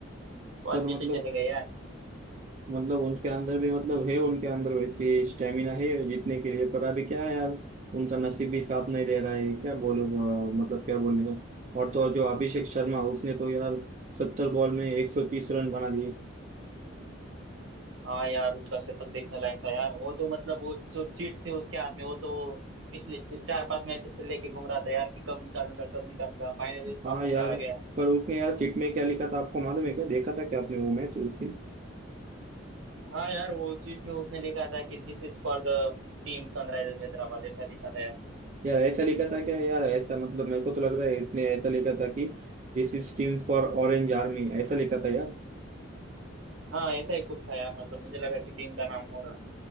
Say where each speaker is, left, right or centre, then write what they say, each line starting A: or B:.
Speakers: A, on the right; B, on the right.
A: बहुत
B: पर
A: नीचे
B: मतलब
A: चले गए यार
B: मतलब उनके अंदर भी मतलब है उनके अंदर वैसे स्टेमिना है जीतने के लिए पर अभी क्या है यार उनका नसीब भी साथ नहीं दे रहा है क्या बोलो अ, मतलब क्या बोलने का और तो और जो अभिषेक शर्मा उसने तो यार सत्तर बॉल में एक सौ तीस रन बना दिए
A: हाँ यार उसका शतक देखने लायक था यार वो तो मतलब वो जो चीट थे उसके हाथ में वो तो पिछले छ- चार पांच मैच से लेके घूम रहा था यार कि कब निकालूंगा कब निकालूंगा फाइनली उसका
B: हाँ
A: मौका
B: यार
A: आ गया
B: पर उसने यार चिट में क्या लिखा था आपको मालूम है क्या देखा था क्या आपने वो मैच उस दिन
A: हाँ यार वो चीट में उसने लिखा था कि this is for the team Sunrisers Hyderabad ऐसा लिखा था
B: यार ऐसा लिखा था क्या यार ऐसा मतलब मेरे को तो लग रहा है इसने ऐसा लिखा था कि this is team for orange army ऐसा लिखा था यार
A: हाँ ऐसा ही कुछ था यार मतलब मुझे लगा कि टीम का नाम होगा